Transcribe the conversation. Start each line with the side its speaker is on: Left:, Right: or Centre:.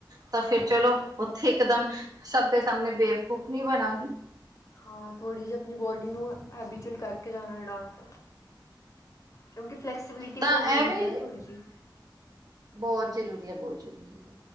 Right: ਤਾਂ ਫੇਰ ਚਲੋ, ਉੱਥੇ ਇਕਦਮ, ਸਭ ਦੇ ਸਾਹਮਣੇ ਬੇਵਕੂਫ ਨੀ ਬਣਾਂਗੀ
Left: ਹਾਂ, ਥੋੜ੍ਹੀ ਜਿਹੀ ਆਪਣੀ ਬੋਡੀ ਨੂੰ, ਹੈਬੀਚੁਅਲ ਕਰਕੇ ਜਾਣਾ ਡਾਂਸ ਕਿਉਂਕਿ ਫੈਕਸੀਬਿਲਿਟੀ
Right: ਤਾਂ
Left: ਵੀ ਜ਼ਰੂਰੀ
Right: ਇਹ ਵੀ
Left: ਐ ਨਾ ਥੋੜ੍ਹੀ ਜਿਹੀ
Right: ਬਹੁਤ ਜ਼ਰੂਰੀ ਐ, ਬਹੁਤ ਜ਼ਰੂਰੀ ਐ,